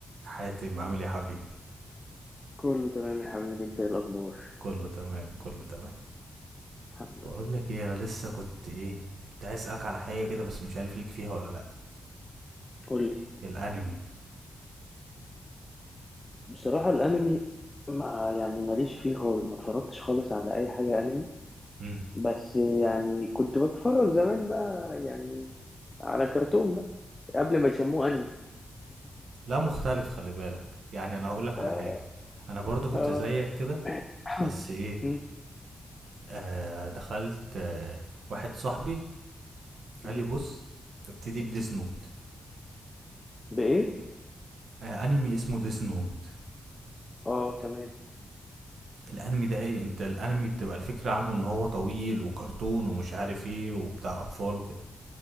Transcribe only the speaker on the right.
حاتم عامل ايه يا حبيبي
كله تمام كله تمام
بقول
لك ايه انا لسه كنت ايه كنت عايز اسالك على حاجه كده بس مش عارف ليك فيها ولا لا
الانمي
امم
لا مختلف خلي بالك يعني انا هقول لك
على حاجه انا برضو كنت
زيك كده
بس ايه
آه دخلت آه واحد صاحبي قال
لي بص ابتدي بديس نوت
آه انمي اسمه ديس نوت
الانمي ده ايه انت الانمي بتبقى الفكره عنه ان هو طويل وكرتون ومش عارف ايه وبتاع اطفال وكده